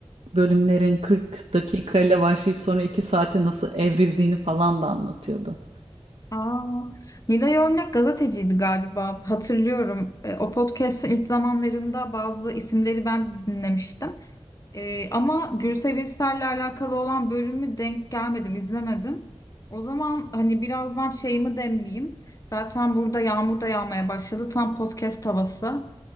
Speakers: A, on the right (about 80°); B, on the left (about 35°).
A: bölümlerin 40 dakikayla başlayıp sonra iki saate nasıl evrildiğini falan da anlatıyordu.
B: Aa, Nilay Örnek gazeteciydi galiba hatırlıyorum. E, O podcast'in ilk zamanlarında bazı isimleri ben de dinlemiştim. E, ama Gülse Birsel'le alakalı olan bölümü denk gelmedim, izlemedim. O zaman hani birazdan şeyimi demleyeyim. Zaten burada yağmur da yağmaya başladı. Tam podcast havası.